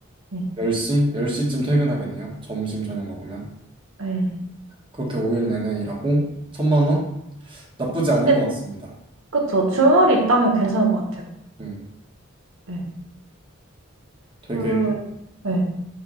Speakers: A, on the right; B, on the right.
A: 네.
B: 10시? 10시쯤 퇴근하겠네요. 점심 저녁 먹으면.
A: 네.
B: 그렇게 5일 내내 일하고 천만 원? 나쁘지 않은
A: 근데
B: 것 같습니다.
A: 그쵸. 주말이 있다면 괜찮을 것 같아요.
B: 음,
A: 네.
B: 되게
A: 그, 네.